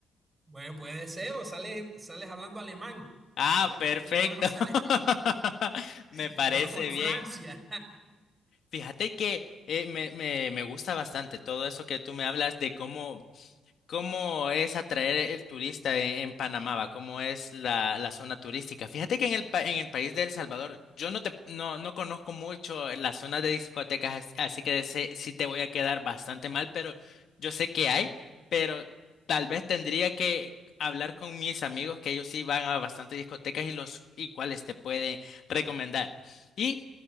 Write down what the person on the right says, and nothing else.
Bueno, puede ser, o sales, sales hablando alemán,
sales
hablando alemán o sales
<laughs>
o en Francia.